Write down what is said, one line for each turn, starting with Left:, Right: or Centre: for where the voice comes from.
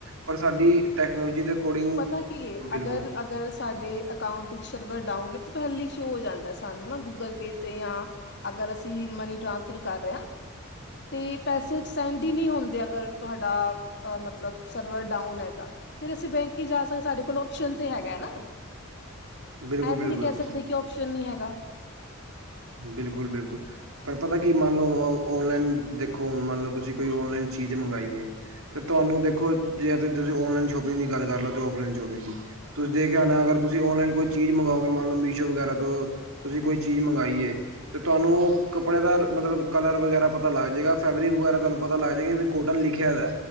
Right: ਪਰ ਸਾਡੀ ਟੈਕਨੋਲੋਜੀ ਦੇ ਅਕੋਰਡਿੰਗ
Left: ਪਤਾ ਕੀ ਹੈ
Right: ਬਿਲਕੁਲ
Left: ਅਗਰ ਅਗਰ ਸਾਡੇ ਅਕਾਊਂਟ ਵਿੱਚ ਸਰਵਰ ਡਾਊਨ ਹੈ ਤੇ ਪਹਿਲੇ ਸ਼ੂ ਹੋ ਜਾਂਦਾ ਸਾਨੂੰ ਨਾ ਗੂਗਲ ਪੇ ਤੇ ਜਾਂ ਅਗਰ ਅਸੀਂ ਮਨੀ ਟ੍ਰਾਂਸਫਰ ਕਰ ਰਹੇ ਹਾਂ ਤੇ ਪੈਸੇ ਸੈਂਡ ਹੀ ਨਹੀਂ ਹੁੰਦੇ ਅਗਰ ਤੁਹਾਡਾ ਅ ਮਤਲਬ ਸਰਵਰ ਡਾਊਨ ਹੈ ਤਾਂ ਫਿਰ ਅਸੀਂ ਬੈਂਕ ਹੀ ਜਾ ਸਾਡੇ ਕੋਲ ਓਪਸ਼ਨ ਤੇ ਹੈਗਾ ਹੈ ਨਾ ਇਹ
Right: ਬਿਲਕੁਲ
Left: ਵੀ
Right: ਬਿਲਕੁਲ
Left: ਨਹੀਂੀ ਕਹਿ ਸਕਦੇ ਕਿ ਓਪਸ਼ਨ ਨਹੀਂੀ ਹੈਗਾ
Right: ਬਿਲਕੁਲ ਬਿਲਕੁਲ ਪਰ ਪਤਾ ਕੀ ਮੰਨ ਲਓ ਹੁਣ ਔਨਲਾਈਨ ਦੇਖੋ ਹੁਣ ਮੰਨ ਲਓ ਤੁਸੀਂ ਕੋਈ ਨਲਾਈਨ ਚੀਜ਼ ਮੰਗਾਈਏ ਤੇ ਤੁਹਾਨੂੰ ਦੇਖੋ ਜੇ ਏਥੇ ਤੁਸੀਂ ਔਨਲਾਈਨ ਸ਼ੋਪਿੰਗ ਦੀ ਗੱਲ ਕਰ ਲਓ ਫਲਾਈਨ ਸ਼ੋਪਿੰਗ ਦੀ ਤੁਸੀਂ ਦੇਖਿਆ ਨਾ ਅਗਰ ਤੁਸੀਂ ਔਨਲਾਈਨ ਕੁਛ ਚੀਜ਼ ਮੰਗਓਗੇ ਮੰਨ ਲਓ ਮੀਸ਼ੋ ਵਗੈਰਾ ਤੋਂ ਤੁਸੀਂ ਕੋਈ ਚੀਜ਼ ਮੰਗਵਾਾਈਏ ਤੇ ਤੁਹਾਨੂੰ ਉਹ ਕੱਪੜੇ ਦਾ ਮਤਲਬ ਕਲਰ ਵਗੈਰਾ ਪਤਾ ਪਤਾ ਲੱਗ ਜਾਏਗਾ ਫੈਬਰਿਕ ਵਗੈਰਾ ਤੁਹਾਨੂੰ ਪਤਾ ਲੱਗ ਜਾਏਗਾ ਵੀ ਕੋਟਨ ਲਿਖਿਆ ਵੈ